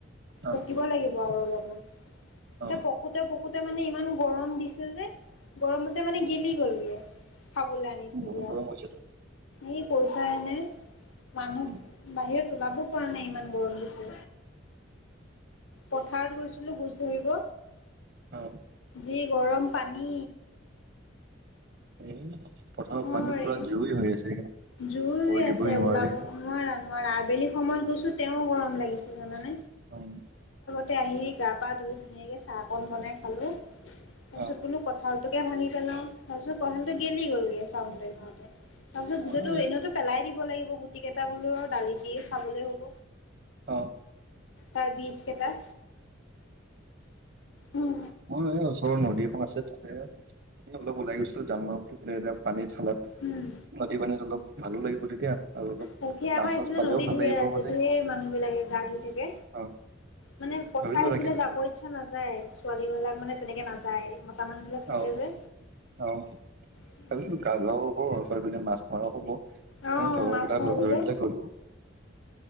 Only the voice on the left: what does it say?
পকিব লাগিব আৰু অলপমান
এ পকোতে পকোতে মানে ইমান গৰম দিছে যে গৰমতে মানে গেলি গ'লগে খাবলৈ আনি
থৈ
দিয়া
এই পইচা নে মানুহ
বাহিৰত ওলাব পৰা নাই ইমান গৰম দিছে পথাৰত গৈছিলো গুছ ধৰিব
যি গৰম পানী
অৰে
জুই
আছে
ওলাব নোৱাৰা নোৱাৰা আবেলি সময়ত গৈছো তেও গৰম লাগি জানা
তে আহি গা পা ধুই ধুনীয়াকে চাহ অকন বনাই খালো। তাৰ পিছত
বোলো কঁঠালটোকে ভাঙি পেলাও তাৰ পিছ কঁঠালটো
গেলি গ'লগে চাওতে চাওতে তাৰ পিছত
সো
এনেওতো পেলাই দিব লাগিব গুটি কেইটা বোলো দালি দি খাবলে হ'ব
তাৰ বীজ কেইটা উম,
উম।
তাকে,
আমাৰ
এইফালে
নদী
ঢেৰ
আছে
ধঢেৰ মানুহবিলাকে গা ধুই থাকে
মানে পথাৰ
স
পিলে যাব ইচ্ছা নাযায় ছোৱালীবলাক মানে তেনেকে নাযায় মতা মানুহ বিলাক থাকে
যে।
উম,
অ'
মাছ মাৰিবলে